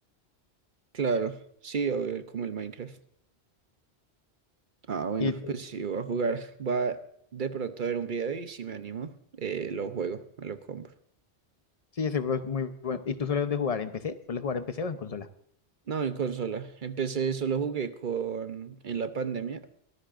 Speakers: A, on the right; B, on the left.
A: claro. Sí, obvio, como el Minecraft. Ah, bueno,
B: <laughs>
A: pues sí, voy a jugar. Va de pronto a ver un video y si me animo, eh, lo juego, me lo compro.
B: Y sí, ese juego es muy bueno. ¿Y tú sueles dónde jugar? ¿En PC? ¿Sueles jugar en PC o en consola?
A: No, en consola. Empecé, solo jugué con en la pandemia,